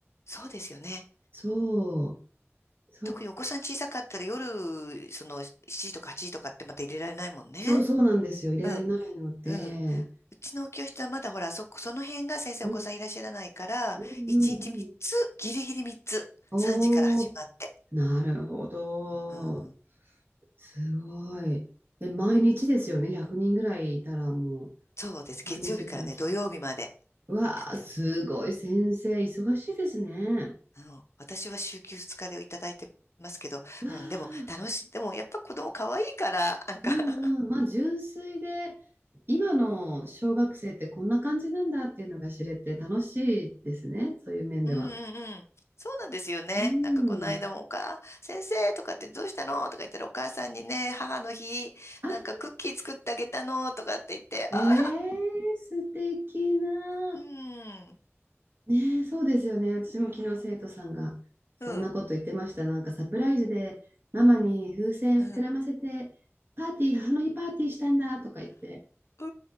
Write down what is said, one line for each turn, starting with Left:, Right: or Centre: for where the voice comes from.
Left: そうですよね。
Right: そう。そっか。
Left: 特にお子さん小さかったら夜、その7時とか8時とかってまた入れられないもんね。
Right: そうそうなんですよ。入れられないので。
Left: うん、うん。うちの教室はまだほら、そ、その辺が先生お子さんいらっしゃらないから、
Right: うん。うんうんうん。
Left: 1日3つ、ギリギリ3つ、
Right: おー、
Left: 3時から始まって。
Right: なるほど。
Left: うん。
Right: すごい。で、毎日ですよね。100人ぐらいいたらもう、
Left: そうです。
Right: 毎日クラス。
Left: 月曜日からね、土曜日まで
Right: わあ、
Left: やってる。
Right: すごい先生、忙しいですね。
Left: うん、私は週休2日でいただいてますけど、
Right: わあ、
Left: うん、でも楽しい、でもやっぱ子供可愛いから、なんか
Right: うんうん。
Left: <laughs>
Right: まあ、純粋で、今の小学生ってこんな感じなんだっていうのが知れて楽しいですね、そういう面では。
Left: うんうんうん。そうなんですよね。
Right: うん。
Left: なんかこの間もお母、先生とかってどうしたのとか言ったらお母さんにね、母の日、
Right: あ、
Left: なんかクッキー作ってあげたのとかって言って、
Right: ねえ、
Left: あ
Right: 素敵な。
Left: うん。
Right: ねえ、そうですよね。私も昨日生徒さんがそんなこと言ってました。
Left: うん。
Right: なんかサプライズでママに風船膨らませて、
Left: うん。
Right: パーティー、母の日パーティーしたんだとか言って。
Left: あ、